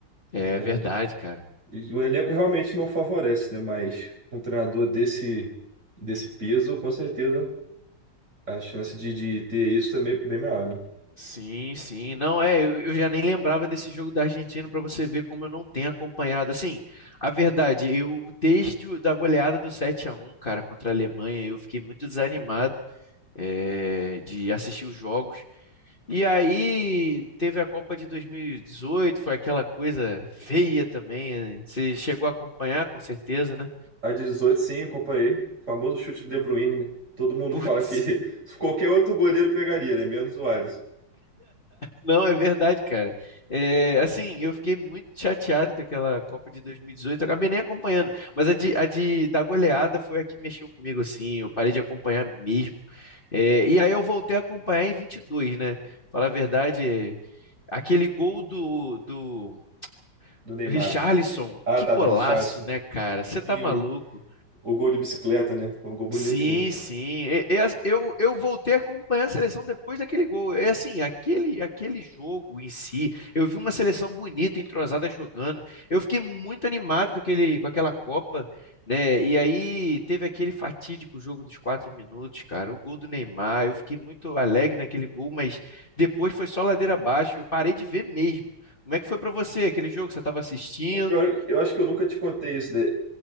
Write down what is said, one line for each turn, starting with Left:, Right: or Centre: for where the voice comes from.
Left: é
Right: né?
Left: verdade, cara.
Right: E o elenco realmente não favorece, né? Mas um treinador desse, desse peso, com certeza. a chance de, de ter isso também é bem maior, né?
Left: Sim, sim. Não, é, eu, eu já nem lembrava desse jogo da Argentina para você ver como eu não tenho acompanhado. Assim, a verdade, eu desde o, da goleada do sete a um cara, contra a Alemanha, eu fiquei muito desanimado é, de assistir os jogos. E aí teve a Copa de 2018, foi aquela coisa feia também. né? Você chegou a acompanhar, com certeza, né?
Right: A de 18, sim, acompanhei. O famoso chute do De Bruyne, né? Todo mundo
Left: Putz.
Right: fala que <laughs> qualquer outro goleiro pegaria, né? Menos o Alisson,
Left: Não, é verdade, cara. É, assim, eu fiquei muito chateado com aquela Copa de 2018. Eu acabei nem acompanhando, mas a de, a de da goleada foi a que mexeu comigo, assim. Eu parei de acompanhar mesmo. É, e aí eu voltei a acompanhar em 22, né? Falar a verdade, aquele gol do, do
Right: do Neymar.
Left: Richarlison,
Right: Ah,
Left: que
Right: tá,
Left: golaço,
Right: do Richarlison.
Left: né, cara? Você tá
Right: E
Left: maluco?
Right: o o gol de bicicleta, né? Um gol bonito
Left: Sim,
Right: mesmo.
Left: sim. E- e as- Eu, eu voltei a acompanhar a seleção depois daquele gol. É assim, aquele, aquele jogo em si, eu vi uma seleção bonita, entrosada jogando. Eu fiquei muito animado com aquele, com aquela Copa, né? E aí teve aquele fatídico jogo dos quatro minutos, cara. O gol do Neymar. Eu fiquei muito alegre naquele gol, mas depois foi só ladeira abaixo. Eu parei de ver mesmo. Como é que foi pra você aquele jogo? que Você estava assistindo?
Right: O pior, é que eu acho que eu nunca te contei isso, né?